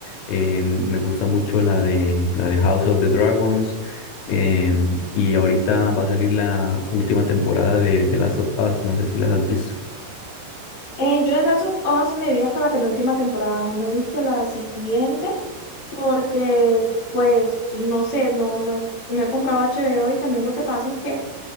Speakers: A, on the left; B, on the left.
A: em, me gusta mucho la de, la de House of the Dragons. em, y ahorita va a salir la última temporada de, de Last of Us, no sé si las has visto.
B: Eh, yo de Last of Us me vi hasta la penúltima temporada, no me he visto la siguiente. porque pues no sé, no, no he, no he comprado HBO y también lo que pasa es que